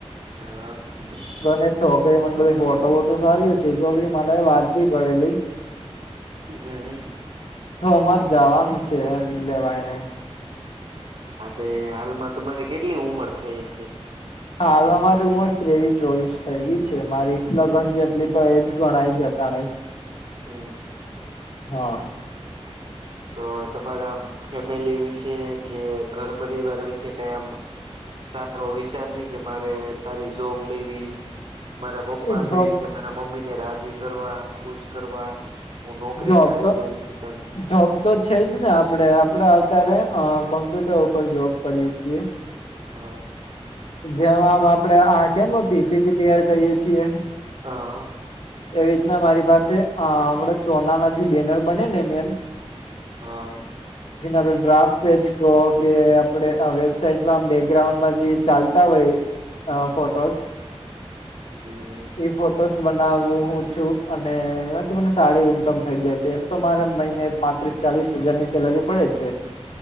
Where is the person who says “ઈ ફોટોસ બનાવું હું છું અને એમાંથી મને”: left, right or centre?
Left